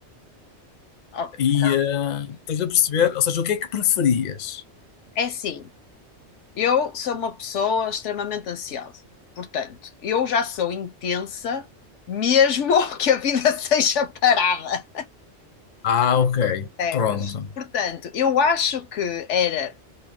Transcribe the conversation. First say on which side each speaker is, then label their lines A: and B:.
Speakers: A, on the left; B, on the left.
A: Ok.
B: E eh, estás a perceber? Ou seja, o que é que preferias?
A: É assim. Eu sou uma pessoa extremamente ansiosa. Portanto, eu já sou intensa, mesmo <laughs> que a vida <laughs> seja parada.
B: Ah, ok,
A: percebes?
B: pronto.
A: Portanto, eu acho que era